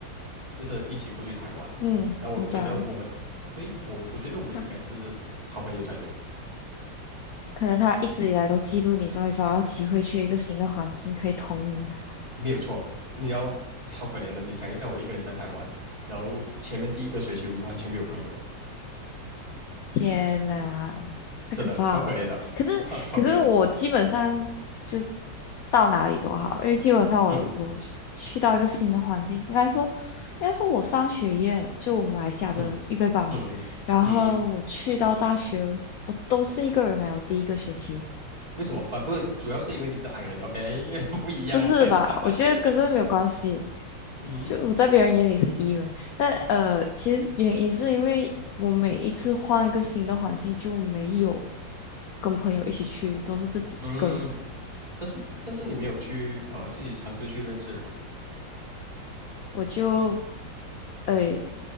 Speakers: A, on the right; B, on the left.
A: 就是一起过去台湾，
B: 嗯，
A: 那我觉得我们，
B: 明白。
A: 对，我我觉得我们应该是好朋友才对。
B: 他可能他一直以来都嫉妒你，终于找到机会去一个新的环境可以捅你了。
A: 没有错，你要超可怜的。你想一下，我一个人在台湾，然后前面第一个学期完全没有朋友，
B: 天呐，太可怕了！
A: 真的超可怜的，
B: 可是可是我基本上就
A: 超超可怜的。
B: 到哪里都好，因为基本上我我去到一个新的环境，
A: 嗯
B: 应该说应该说我商学院就我们马来西亚的预备班嘛，
A: 嗯嗯嗯嗯，
B: 然后我去到大学，
A: 嗯
B: 我都是一个人哎，我第一个学期。
A: 为什么啊？不是，主要是因为你是 i 人，OK，<laughs> 不一样。
B: 不是吧？
A: <laughs>
B: 我觉得跟这个没有关系。
A: 嗯
B: 就我在别人眼里是 E 人，但呃，其实原因是因为我每一次换一个新的环境，就没有跟朋友一起去，都是自己一个人。
A: 嗯，但是但是你没有去呃自己尝试去认识人，
B: 我就诶、